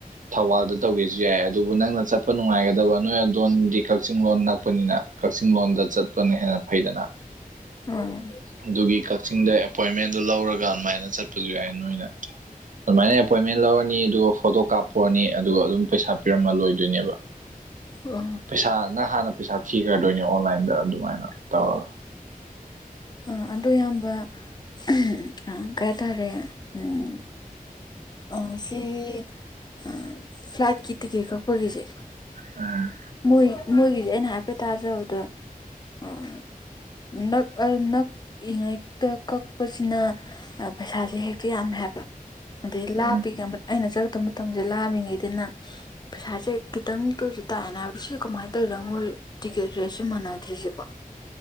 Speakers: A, on the right (about 60°); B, on the left (about 30°).
A: ꯊꯧꯕꯥꯜꯗ ꯇꯧꯒꯦꯁꯨ ꯌꯥꯏ ꯑꯗꯨꯕꯨ ꯅꯪꯅ ꯆꯠꯄ ꯅꯨꯡꯉꯥꯏꯒꯗꯕ ꯅꯣꯏ ꯑꯗꯣꯝꯗꯤ ꯀꯛꯆꯤꯡ ꯂꯣꯝ ꯅꯛꯄꯅꯤꯅ ꯀꯛꯆꯤꯡ ꯂꯣꯝꯗ ꯆꯠꯄꯅ ꯍꯦꯟꯅ ꯐꯩꯗꯅ
B: ꯑꯥ
A: ꯑꯗꯨꯒꯤ ꯀꯛꯆꯤꯡꯗ ꯑꯦꯄꯣꯏꯟꯃꯦꯟꯗꯨ ꯂꯧꯔꯒ ꯑꯗꯨꯃꯥꯏꯅ ꯆꯠꯄꯁꯨ ꯌꯥꯏ ꯅꯣꯏꯅ ꯑꯗꯨꯃꯥꯏꯅ ꯑꯦꯄꯣꯏꯟꯃꯦꯟ ꯂꯧꯔꯅꯤ ꯑꯗꯨꯒ ꯐꯣꯇꯣ ꯀꯥꯞꯄꯣꯅꯤ ꯑꯗꯨꯒ ꯑꯗꯨꯝ ꯄꯩꯁꯥ ꯄꯤꯔꯝꯃ ꯂꯣꯏꯗꯣꯏꯅꯦꯕ
B: ꯑꯣ
A: ꯄꯩꯁꯥ ꯅꯪ ꯍꯥꯟꯅ ꯄꯩꯁꯥ ꯊꯤꯒ꯭ꯔꯗꯣꯏꯅꯦ ꯑꯣꯟꯂꯥꯏꯟꯗ ꯑꯗꯨꯃꯥꯏꯅ ꯇꯧꯔꯒ
B: ꯑ ꯑꯗꯨ ꯏꯌꯥꯝꯕ ꯎꯝ ꯑ ꯀꯩ ꯍꯥ ꯇꯥꯔꯦ ꯎꯝ ꯑꯁꯤ ꯑꯥ ꯐ꯭ꯂꯥꯏꯠꯀꯤ ꯇꯤꯛꯀꯦꯠ ꯀꯛꯄꯒꯤꯖꯦ
A: ꯎꯝ
B: ꯃꯣꯏ ꯃꯣꯏꯒꯤꯖꯦ ꯑꯩꯅ ꯍꯥꯏꯐꯦꯠ ꯇꯥꯖꯕꯗ ꯑꯥ ꯅꯛ ꯑ ꯅꯛꯏꯉꯩꯇ ꯀꯛꯄꯁꯤꯅ ꯑ ꯄꯩꯁꯥꯁꯦ ꯍꯦꯛꯇ ꯌꯥꯝꯃꯦ ꯍꯥꯏꯕ ꯑꯗꯩ
A: ꯎꯝ
B: ꯂꯥꯞꯄꯤꯀꯟꯕꯗ ꯑꯩꯅ ꯆꯠꯀꯗꯕ ꯃꯇꯝꯁꯦ ꯂꯥꯝꯃꯤ ꯉꯩꯗꯅ ꯄꯩꯁꯥꯁꯦ ꯈꯤꯇꯪꯇ ꯑꯣꯏꯁꯨ ꯇꯥꯟꯅꯕ ꯁꯤ ꯀꯃꯥꯏꯅ ꯇꯧꯏꯖꯥ ꯃꯣꯏ ꯇꯤꯀꯦꯠ ꯔꯦꯠꯁꯦ ꯃꯥꯟꯅꯗ꯭ꯔꯤꯖꯤꯕꯣ